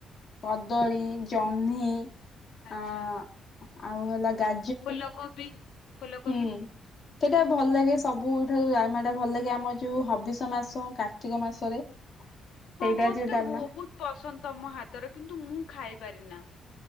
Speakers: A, on the left; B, on the left.
A: କଦଳୀ ଜହ୍ନି।
B: ଆଚ୍ଛା।
A: ଆ ଆଉ ହେଲା ଗା
B: ଫୁଲକୋବି। ଫୁଲକୋବି
A: ହୁଁ। ସେଇଟା ଭଲ ଲାଗେ ସବୁଠାରୁ ଡାଲମା ଟା ଭଲ ଲାଗେ ଆମର ଯୋଉ ହବିଷ ମାସ କାର୍ତ୍ତିକ ମାସରେ। ସେଇଟା
B: ହଁ ମତେ
A: ଯୋଉ ଡାଲମା
B: ବହୁତ ପସନ୍ଦ ତମ ହାତର କିନ୍ତୁ ମୁଁ ଖାଇପାରି ନା।